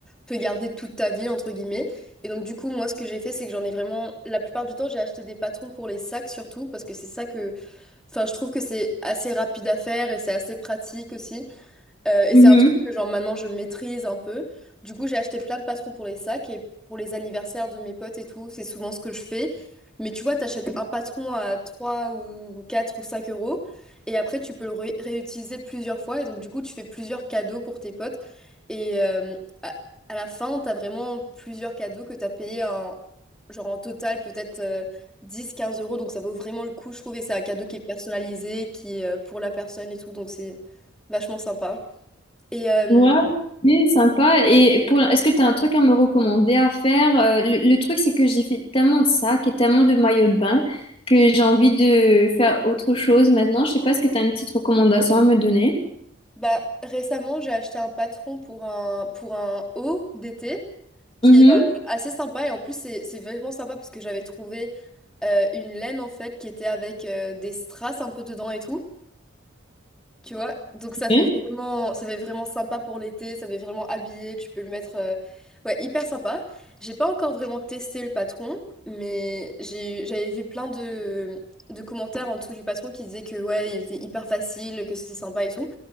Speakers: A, in the centre; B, on the left.
A: peux garder toute ta vie, entre guillemets. Et donc, du coup, moi, ce que j'ai fait, c'est que j'en ai vraiment. La plupart du temps, j'ai acheté des patrons pour les sacs surtout parce que c'est ça que. Enfin, je trouve que c'est assez rapide à faire et c'est assez pratique aussi. Euh, et
B: Mhm.
A: c'est un truc que genre maintenant je maîtrise un peu. Du coup, j'ai acheté plein de patrons pour les sacs et pour les anniversaires de mes potes et tout, c'est souvent ce que je fais. Mais tu vois, t'achètes un patron à 3 ou 4 ou 5 euros et après tu peux le ré- réutiliser plusieurs fois et donc du coup tu fais plusieurs cadeaux pour tes potes et euh, à, à la fin t'as vraiment plusieurs cadeaux que t'as payé en, genre en total peut-être euh, 10-15 euros donc ça vaut vraiment le coup je trouve et c'est un cadeau qui est personnalisé, qui est euh, pour la personne et tout donc c'est vachement sympa. Et euh,
B: Ouais, c'est sympa. Et pour, est-ce que tu as un truc à me recommander à faire? Euh, le, le truc, c'est que j'ai fait tellement de sacs et tellement de maillots de bain que j'ai envie de faire autre chose maintenant. Je sais pas, est-ce que tu as une petite recommandation à me donner?
A: bah, récemment, j'ai acheté un patron pour un, pour un haut d'été qui
B: Mhm.
A: est euh, assez sympa. Et en plus, c'est, c'est vraiment sympa parce que j'avais trouvé euh, une laine en fait qui était avec euh, des strass un peu dedans et tout. Tu vois, donc ça fait
B: Oui.
A: vraiment, ça fait vraiment sympa pour l'été, ça fait vraiment habillé, tu peux le mettre, euh, ouais, hyper sympa. J'ai pas encore vraiment testé le patron, mais j'ai, j'avais vu plein de, de commentaires en dessous du patron qui disaient que ouais, il était hyper facile, que c'était sympa et tout.